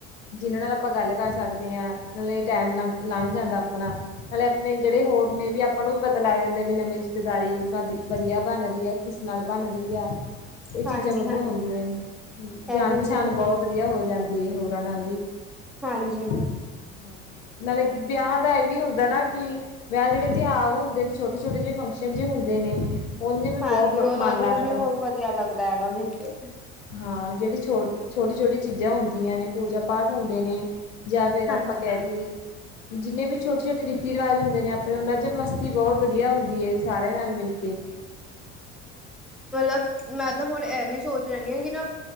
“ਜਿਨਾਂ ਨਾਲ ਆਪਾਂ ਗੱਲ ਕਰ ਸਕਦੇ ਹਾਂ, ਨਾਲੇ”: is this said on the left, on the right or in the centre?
Left